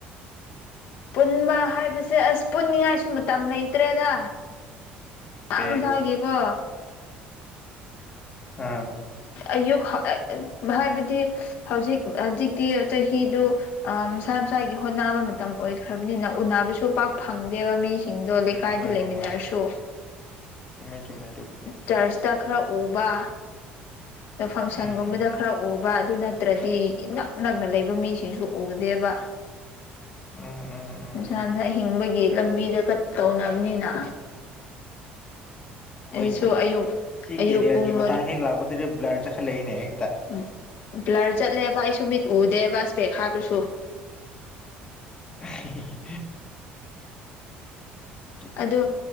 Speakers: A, on the left (about 55°); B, on the left (about 25°).
A: ꯄꯨꯟꯕ ꯍꯥꯏꯕꯁꯦ ꯑꯁ ꯄꯨꯟꯅꯤꯡꯉꯥꯏꯁꯨ ꯃꯇꯝ ꯂꯩꯇ꯭ꯔꯦꯗ ꯃꯁꯥ
B: ꯀꯩ
A: ꯃꯁꯥꯒꯤꯀꯣ
B: ꯑꯥ
A: ꯑꯌꯨꯛ ꯍꯥ ꯑꯥ ꯍꯥꯏꯕꯗꯤ ꯍꯧꯖꯤꯛ ꯍꯧꯖꯤꯛꯇꯤ ꯆꯍꯤꯗꯨ ꯑꯥ ꯃꯁꯥ ꯃꯁꯥꯒꯤ ꯍꯣꯠꯅꯕ ꯃꯇꯝ ꯑꯣꯏꯈ꯭ꯔꯕꯅꯤ ꯎꯅ ꯎꯅꯕꯁꯨ ꯄꯥꯛ ꯐꯪꯗꯦꯕ ꯃꯤꯁꯤꯡꯗꯣ ꯂꯩꯀꯥꯏꯗ
B: ꯎꯝ ꯍꯣꯏ
A: ꯂꯩꯃꯤꯟꯅꯔꯁꯨ
B: ꯍꯣꯏ ꯍꯣꯏ ꯆꯨꯝꯃꯦ ꯆꯨꯝꯃꯦ ꯗꯨꯕꯨꯗꯤ
A: ꯆꯔꯆꯇ ꯈꯔ ꯎꯕ ꯃꯐꯪ ꯁꯟꯒꯨꯝꯕꯗ
B: ꯎꯝ
A: ꯈꯔ ꯎ ꯕ ꯑꯗꯨ ꯅꯠꯇ꯭ꯔꯗꯤ ꯏꯅꯛ ꯅꯛꯅ ꯂꯩꯕ ꯃꯤꯁꯤꯡꯁꯨ ꯎꯗꯦꯕ
B: ꯎꯝ ꯎꯝ ꯎꯝ
A: ꯃꯁꯥ ꯃꯁꯥ ꯍꯤꯡꯕꯒꯤ ꯂꯝꯕꯤꯗ ꯀ ꯇꯧꯅꯕꯅꯤꯅ ꯑꯩꯁꯨ
B: ꯍꯣꯏꯅꯦ
A: ꯑꯌꯨꯛ
B: ꯁꯤ
A: ꯑꯌꯨꯛ
B: ꯀꯦꯔꯤꯌꯔꯒꯤ
A: ꯄꯨꯡ
B: ꯃꯇꯥꯡ ꯍꯦꯛ ꯂꯥꯛꯄꯗꯗꯤ ꯕ꯭ꯂꯔ ꯆꯠꯈꯠꯂꯛꯏꯅꯦ ꯍꯦ
A: ꯎꯝ ꯕ꯭ꯂꯔ ꯆꯠꯂꯦꯕ ꯑꯩꯁꯨ ꯃꯤꯠ ꯎꯗꯦꯕ ꯁꯄꯦꯛ ꯍꯥꯞꯔꯁꯨ
B: ꯑꯍꯦ ꯍꯦ ꯍꯦ
A: ꯑꯗꯣ